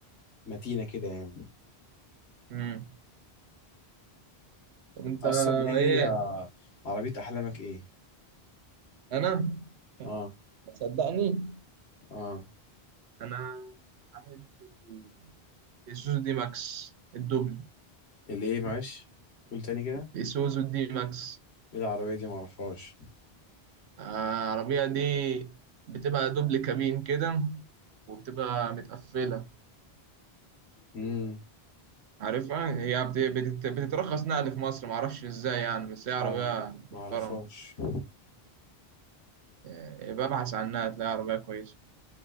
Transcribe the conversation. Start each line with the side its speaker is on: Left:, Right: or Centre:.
Left: متينه كده يعني
Right: امم طب انت
Left: اصلا ايه هي
Right: ايه
Left: عربيه احلامك ايه
Right: انا
Left: اه
Right: هتصدقني
Left: اه
Right: انا احب ال- الاسوزو دي ماكس الدوبل
Left: الايه معلش قول تاني كده
Right: الاسوزو دي ماكس
Left: ايه العربية دي معرفهاش
Right: آه، العربية دي بتبقى دوبل كابين كده وبتبقى متقفلة
Left: امم
Right: عارفها هي بت- بتت- بتترخص نقل في مصر معرفش ازاي يعني بس هي
Left: لا
Right: عربية
Left: لا لا
Right: محترمة
Left: معرفهاش
Right: إيه، ببحث عنها تلاقي عربية كويسة